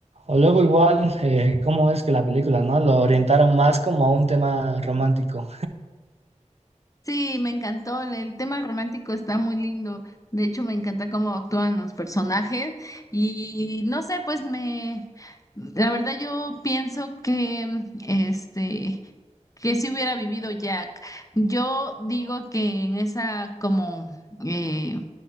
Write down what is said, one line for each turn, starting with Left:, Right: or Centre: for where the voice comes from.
Right: o luego igual, eh, ¿cómo es que la película, ¿no? Lo orientaron más como a un tema romántico.
Left: Sí, me encantó. El el tema romántico está muy lindo. De hecho, me encanta cómo actúan los personajes. Y no sé, pues me, la verdad yo pienso que, este, que si hubiera vivido Jack. Yo digo que en esa como eh,